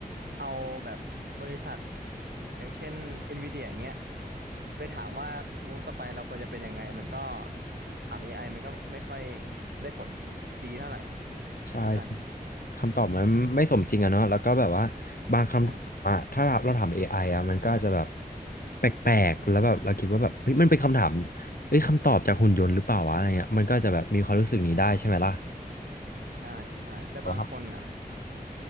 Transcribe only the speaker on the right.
เอาแบบบริษัทอย่างเช่น NVIDIA อย่างเงี้ยไปถามว่ามูฟต่อไปเราควรจะเป็นยังไงมันก็ถาม AI มันก็ไม่ค่อยได้ผลดีเท่าไหร่
ละกัน
ใช่
ใช่ใช่แต่บางคนอ่ะ